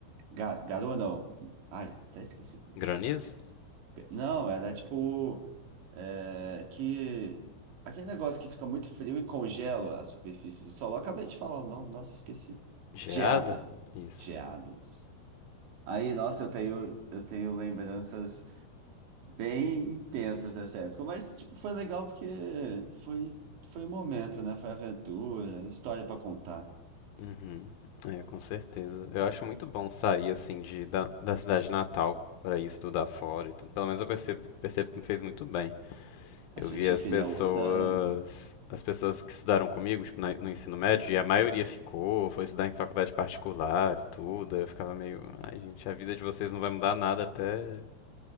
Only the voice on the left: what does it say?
Granizo?
Geada?
Isso.
Uhum. É, com certeza. Eu acho muito bom sair assim de da, da cidade natal para ir estudar fora e tudo. Pelo menos eu percebo, percebo que me fez muito bem.
Eu
vi as
pessoas,
as pessoas que estudaram comigo, tipo, na- no ensino médio, e a maioria ficou, foi estudar em faculdade particular e tudo. Aí eu ficava meio, ai, gente, a vida de vocês não vai mudar nada até